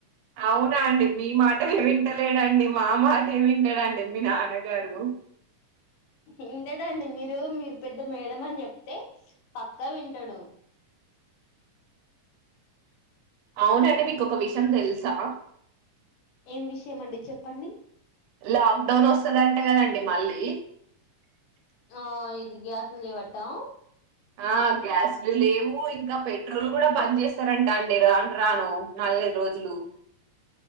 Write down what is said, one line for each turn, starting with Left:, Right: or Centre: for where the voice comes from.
Right: అవునా అండి, మీ మాట ఏమింటలేడండి, మా మాట ఏమింటాడండి, మీ నాన్నగారు
Left: ఇంటడండి మీరు, మీరు పెద్ద మేడ అని చెప్తే పక్కా వింటడు.
Right: అవునండి, మీకు ఒక విషయం తెలుసా?
Left: ఏం విషయం అండి చెప్పండి.
Right: లాక్డౌన్ వస్తుందంట, గదండి మళ్ళీ
Left: ఆ ఇది గ్యాస్ లు జెవటా
Right: ఆ గ్యాస్లు లేవు, ఇంకా పెట్రోల్ గూడా బంద్ చేస్తారంట. అండి రాని రాను నాలుగదు రోజులు